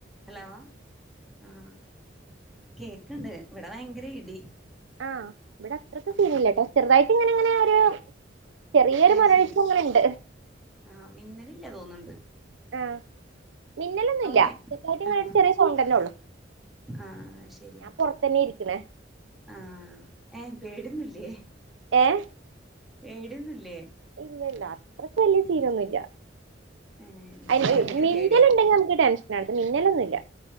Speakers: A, in the centre; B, on the right.
A: Hello ആഹ് കേക്ക്ണ്ട്. ഇവടെ ഭയങ്കര ഇടി.
B: ആഹ് ഇബ്ടെ അത്ര സീനില്ലട്ടോ. ചെർതായിട്ട് ഇങ്ങനെ ഇങ്ങനെ ഒരു ചെറിയൊര്
A: അയ്
B: മര <unintelligible>
A: ശരി
B: വിഴ്ച്ച ഇങ്ങനെ ഇണ്ട്.
A: ആഹ് മിന്നല് ഇല്ല തോന്ന്ണ്ട്.
B: ആഹ് മിന്നലൊന്നുല്ല.
A: മേ
B: ചെർതായിട്ട് ഇങ്ങനൊര്
A: ആഹ്
B: ചെറ്യേ സൗണ്ടെന്നെ ഒള്ളൂ.
A: ആഹ് ശരി
B: ഞാൻ പൊർത്തന്നെ ഇരിക്ക്ണെ.
A: ആഹ് ഏഹ് പേട്യോന്നുല്ലെ.
B: ഏഹ്
A: പേട്യോന്നുല്ലേ
B: ഇല്ല ല്ല അത്രക്ക് വല്ല്യ സീനൊന്നുല്ല.
A: ഏഹ് എനിക്ക്
B: അയ്ന് <unintelligible>
A: ഭയങ്കര
B: മിന്നല്ണ്ടെങ്കി
A: പേടിയാ
B: നമക്ക് ടെൻഷനാണ്. മിന്നലൊന്നുല്ല